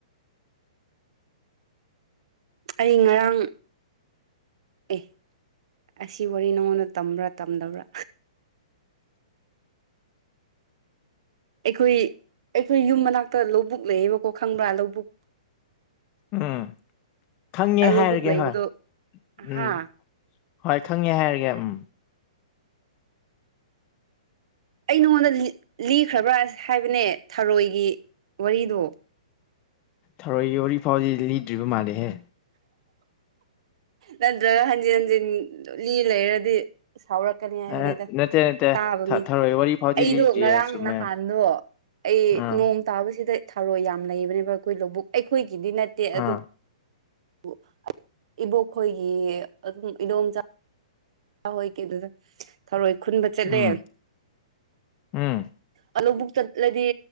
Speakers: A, on the right; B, on the left.
A: ꯑꯩ ꯉꯔꯥꯡ ꯑꯦ ꯑꯁꯤ ꯋꯥꯔꯤ ꯅꯉꯣꯟꯗ ꯇꯝꯕ꯭ꯔꯥ ꯇꯝꯗꯕ꯭ꯔꯥ
B: <inaudible>
A: ꯑꯩꯈꯣꯏ ꯑꯩꯈꯣꯏ ꯌꯨꯝ ꯃꯅꯥꯛꯇ ꯂꯧꯕꯨꯛ ꯂꯩꯌꯦꯕꯀꯣ ꯈꯪꯕ꯭ꯔꯥ ꯂꯧꯕꯨꯛ
B: ꯎꯝ ꯈꯪꯉꯦ
A: ꯂꯧꯕꯨꯛ
B: ꯍꯥꯏꯔꯒꯦ
A: ꯂꯩꯕꯗꯣ
B: ꯍꯣꯏ
A: ꯍꯥ
B: ꯎꯝ ꯍꯣꯏ ꯈꯪꯉꯦ ꯍꯥꯏꯔꯒꯦ ꯎꯝ
A: ꯑꯩ ꯅꯉꯣꯟꯗ ꯂꯤꯈ꯭ꯔꯕ꯭ꯔꯥ ꯍꯥꯏꯕꯅꯦ ꯊꯔꯣꯏꯒꯤ ꯋꯥꯔꯤꯗꯣ
B: ꯊꯔꯣꯏꯒꯤ ꯋꯥꯔꯤꯐꯥꯎꯗꯤ ꯂꯤꯗ꯭ꯔꯤꯕ ꯃꯥꯜꯂꯦꯍꯦ
A: ꯅꯠꯇ꯭ꯔꯒ ꯍꯟꯖꯤꯟ ꯍꯟꯖꯤꯟ ꯂꯤ ꯂꯩꯔꯗꯤ ꯁꯥꯎꯔꯛ ꯀꯅꯤ ꯍꯥꯏꯕꯅꯦꯗ
B: ꯑ ꯅꯠꯇꯦ ꯅꯠꯇꯦ
A: ꯇꯥꯕ
B: ꯊ
A: ꯃꯤ
B: ꯊꯔꯣꯏ ꯋꯥꯔꯤ ꯐꯥꯎꯗꯤ
A: ꯑꯩꯗꯣ
B: ꯂꯤꯗ꯭ꯔꯤꯌꯦ
A: ꯉꯔꯥꯡ
B: ꯆꯨꯝꯃꯦ
A: ꯅꯍꯥꯟꯗꯣ ꯑꯩ
B: ꯑꯥ
A: ꯅꯣꯡ ꯇꯥꯕꯁꯤꯗ ꯊꯥꯔꯣꯏ ꯌꯥꯝ ꯂꯩꯕꯅꯦꯕ ꯑꯩꯈꯣꯏ ꯂꯧꯕꯨꯛ ꯑꯩꯈꯣꯏꯒꯤꯗꯤ ꯅꯠꯇꯦ
B: ꯑꯥ
A: ꯑꯗꯨ ꯄꯨ <inaudible> ꯏꯕꯣꯛ ꯈꯣꯏꯒꯤ ꯑꯗꯨꯝ ꯏꯗꯣꯝꯆꯥ ꯍꯣꯏ ꯍꯣꯏ ꯀꯩꯗꯧꯗ ꯊꯧꯔꯣꯏ ꯈꯨꯟꯕ ꯆꯠꯂꯦ
B: ꯎꯝ ꯎꯝ
A: ꯑ ꯂꯧꯕꯨꯛ ꯆꯠꯂꯗꯤ